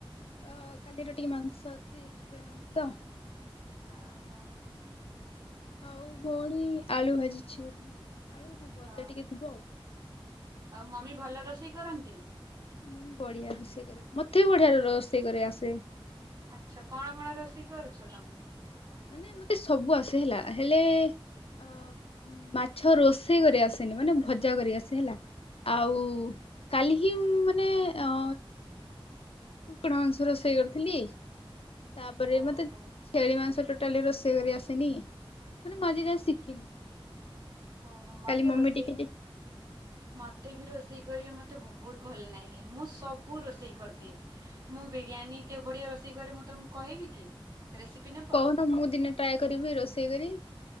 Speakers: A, on the left (about 80°); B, on the right (about 45°).
A: ଅ କାଲିର ଟିକେ ମାଂସ ଅଛି କୁକୁଡ଼ା ମାଂସ।
B: ଆ ହୋ।
A: ଆଉ ଭଉଣୀ ଆଳୁ ଭାଜିଛି ବୋଧେ। ଆଳୁ ହଁ ଭଜା
B: ଓ
A: ଟିକେ
B: ହୋ
A: ଥିବ ଆଉ।
B: ଆଉ ମମି ଭଲ ରୋଷେଇ କରନ୍ତି ନା?
A: ମମି ବଢିଆ ରୋଷେଇ କରେ ମତେ ବି ବଢିଆ ରୋଷେଇ କରି ଆସେ।
B: ଆଚ୍ଛା କଣ କଣ ରୋଷେଇ କରୁଛ ତମେ?
A: ମାନେ ମତେ ସବୁ ଆସେ ହେଲା ହେଲେ ଅ ମାଛ ରୋଷେଇ କରି ଆସେନି ମାନେ ଭଜା କରି ଆସେ ହେଲା। ଆଉ କାଲି ହିଁ ମୁଁ ମାନେ ଅ କୁକୁଡ଼ା ମାଂସ ରୋଷେଇ କରିଥିଲି। ତାପରେ
B: ଓହୋ
A: ମତେ ଛେଳି ମାଂସ ଟୋଟାଲି ରୋଷେଇ କରି ଆସେନି ମାନେ ମୁଁ ଆଜି ଯାଏଁ ଶିଖିନି ସେଟା।
B: ଓ ହୋ ମୋତେ
A: କାଲି ମମି
B: ରୋଷେଇ
A: ଟିକେ ଟି
B: ମୋତେ ବି ରୋଷେଇ କରି ମୋତେ ବହୁତ ଭଲ ଲାଗେ ମୁଁ ସବୁ ରୋଷେଇ କରିଦିଏ। ମୁଁ ବିରିୟାନୀ କେ ଭଳିଆ ରୋଷେଇ କରେ ମୁଁ ତମକୁ କହିବି କି? ରେସିପି ନେବ?
A: କହୁନ ମୁଁ ଦିନେ ଟ୍ରାଏ କରିବି ରୋଷେଇ କରିବି।